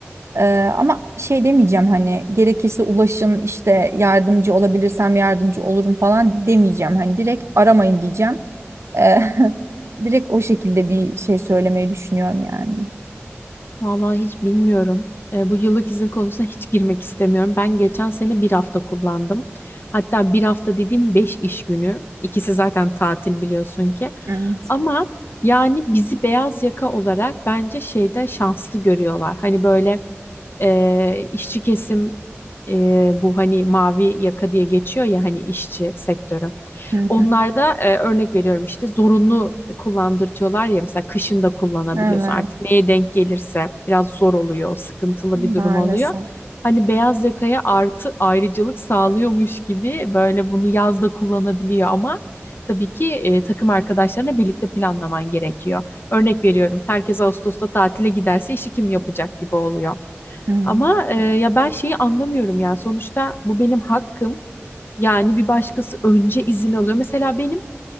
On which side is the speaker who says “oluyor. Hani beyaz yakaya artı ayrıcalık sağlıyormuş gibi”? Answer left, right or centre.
Left